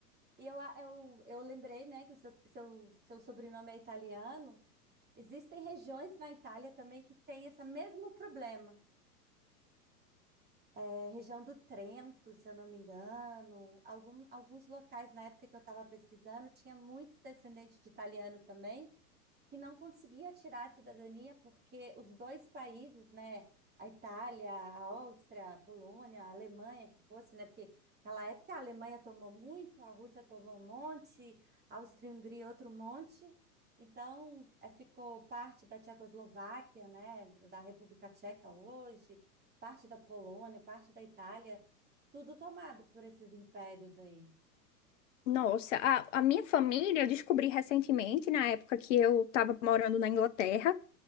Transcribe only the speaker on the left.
Nossa, a, a minha família, eu descobri recentemente, na época que eu estava morando na Inglaterra,